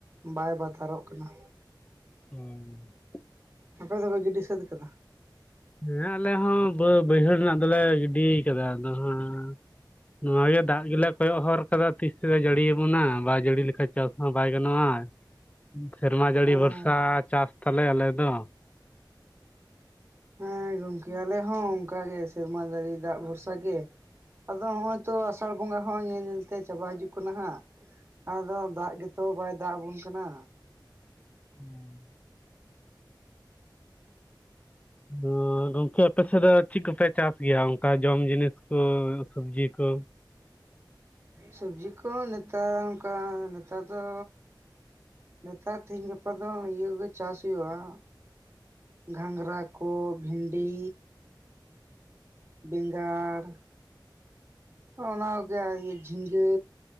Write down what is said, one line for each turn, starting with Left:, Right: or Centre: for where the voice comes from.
Right: ᱵᱟᱭ ᱵᱟᱛᱟᱨᱚᱜ ᱠᱟᱱᱟ
Left: ᱦᱮᱸ
Right: ᱟᱯᱮ ᱫᱚᱯᱮ ᱜᱤᱰᱤ ᱥᱟᱹᱛ ᱠᱟᱫᱟ
Left: ᱦᱮᱸ ᱟᱞᱮ ᱦᱚᱸ ᱵᱟᱹᱭᱦᱟᱹᱲ ᱨᱮᱱᱟᱜ ᱫᱚᱞᱮ ᱜᱤᱰᱤ ᱠᱟᱫᱟ ᱟᱫᱚ ᱦᱟᱸ ᱱᱚ ᱜᱮ ᱫᱟᱜ ᱜᱮᱞᱮ ᱠᱚᱭᱚᱜ ᱦᱚᱨ ᱟᱫᱚ ᱛᱤᱥ ᱛᱮᱫ ᱡᱟᱹᱲᱤᱭᱟᱵᱚᱱᱟ ᱵᱟᱭ ᱡᱟᱹᱲᱤ ᱞᱮᱠᱷᱟᱱ ᱪᱟᱥ ᱦᱚᱸ ᱵᱟᱭ ᱜᱟᱱᱚᱜᱼᱟ ᱥᱮᱨᱢᱟ ᱡᱟᱹᱲᱤ
Right: ᱚᱸ
Left: ᱵᱷᱚᱨᱥᱟ ᱪᱟᱥ ᱛᱟᱞᱮ ᱟᱞᱮ ᱫᱚ
Right: ᱦᱮᱸ ᱜᱚᱢᱠᱮ ᱟᱞᱮ ᱦᱚᱸ ᱚᱱᱠᱟᱟᱜᱮ ᱥᱮᱨᱢᱟ ᱡᱟᱹᱲᱤ ᱫᱟᱜ ᱵᱷᱚᱨᱥᱟ ᱜᱮ ᱟᱫᱚ ᱱᱚᱜᱼᱚᱭ ᱛᱚ ᱟᱥᱟᱲ ᱵᱚᱸᱜᱟ ᱦᱚᱸ ᱧᱮᱞ ᱧᱮᱞ ᱛᱮ ᱪᱟᱵᱟ ᱦᱤᱡᱩᱜ ᱠᱟᱱᱟ ᱦᱟᱸᱜ ᱟᱫᱚ ᱫᱟᱜ ᱜᱮᱛᱚ ᱵᱟᱭ ᱫᱟᱜ ᱟᱵᱚᱱ ᱠᱟᱱᱟ
Left: ᱦᱮᱸ ᱢᱟ ᱜᱚᱝᱠᱮ ᱟᱯᱮ ᱥᱮᱫ ᱫᱚ ᱪᱮᱫ ᱠᱚᱯᱮ ᱪᱟᱥ ᱜᱮᱭᱟ ᱚᱱᱠᱟ ᱡᱚᱢ ᱡᱤᱱᱤᱥ ᱠᱚ ᱥᱚᱵᱽᱡᱤ ᱠᱚ
Right: ᱥᱚᱵᱽᱡᱤ ᱠᱚ ᱱᱮᱛᱟᱨ ᱚᱱᱠᱟ ᱱᱮᱛᱟᱨ ᱫᱚ ᱱᱮᱛᱟᱨ ᱛᱮᱦᱤᱧ ᱜᱟᱯᱟ ᱫᱚ ᱤᱭᱟᱹᱜᱮ ᱪᱟᱥ ᱦᱩᱭᱩᱜᱼᱟ ᱜᱷᱟᱸᱝᱨᱟ ᱠᱚ ᱵᱷᱤᱸᱰᱤ ᱵᱮᱸᱜᱟᱲ ᱚᱱᱟ ᱜᱮ ᱡᱷᱤᱸᱜᱟᱹ